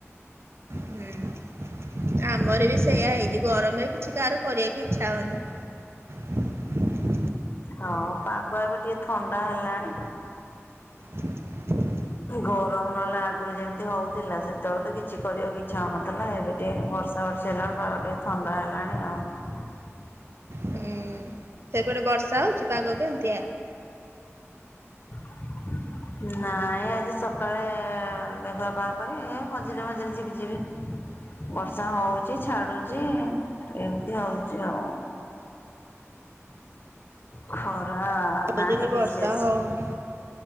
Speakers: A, on the right (about 60°); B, on the left (about 45°).
A: ହୁଁ ଆମର ବି ସେଇୟା ହେଇଛି ଗରମରେ କିଛି କାହାର କରିବାକୁ ଇଚ୍ଛା ହଉନି। <inaudible>
B: ହଁ ପାଗ ଏବେ ଟିକେ ଥଣ୍ଡା ହେଲାଣି।
A: <inaudible>
B: ଗରମ ନହେଲା ଆଗରୁ ଯେମିତି ହଉଥିଲା ସେତେବେଳେ ତ କିଛି କରିବାକୁ ଇଛ ହଉନଥିଲା, ଏବେ ଟିକେ ବର୍ଷା ବର୍ଷା <unintelligible> ପାଗ ଟିକେ ଥଣ୍ଡା ହେଲାଣି ଆଉ।
A: ହୁଁ ସେପଟେ ବର୍ଷା ହଉଛି ପାଗ କେମିତିଆ?
B: <inaudible> ନାଇଁ ଆଜି ସକାଳେ ଏ ମେଘୁଆ ପାଗ କରି ମଝିରେ ମଝିରେ ଯିପି, ଯିପି ବର୍ଷା ହଉଚି ଛାଡୁଛି ଏମିତି ହଉଛି ଆଉ। ଖରା ନାହିଁ
A: ହେଲେ ବର୍ଷା
B: ବିଶେଷ।
A: ହଉନି।